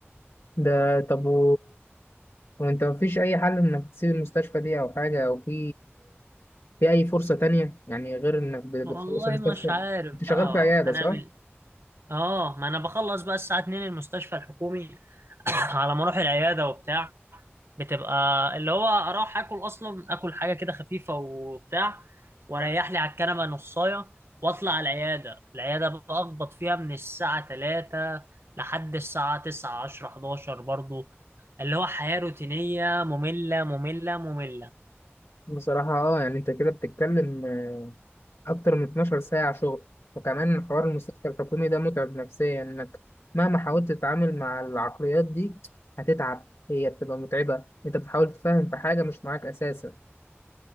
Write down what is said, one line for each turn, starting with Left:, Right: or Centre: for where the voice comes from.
Left: ده طب و... وانت مفيش اي حل انك تسيب المستشفى دي او حاجه او في في أي فرصة تانية يعني غير إنك بت-
Right: والله
Left: بتخلص المستشفى
Right: مش عارف
Left: أنت شغال
Right: بقى
Left: في عيادة
Right: هنعمل
Left: صح؟
Right: اه ما انا بخلص بقى الساعة 2 المستشفى الحكومي <clears throat> على ما اروح العيادة وبتاع بتبقى اللي هو اروح اكل اصلا اكل حاجة كده خفيفة وبتاع واريح لي على الكنبة نصاية واطلع على العيادة العيادة بقى اخبط فيها من الساعة 3 لحد الساعة 9 10 11 برضو اللي هو حياة روتينية مملة مملة مملة
Left: بصراحة أه يعني أنت كده بتتكلم آه، أكتر من 12 ساعة شغل وكمان حوار المستشفى الحكومي ده متعب نفسيا إنك مهما حاولت تتعامل مع العقليات دي هتتعب هي بتبقى متعبة أنت بتحاول تفهم في حاجة مش معاك أساسا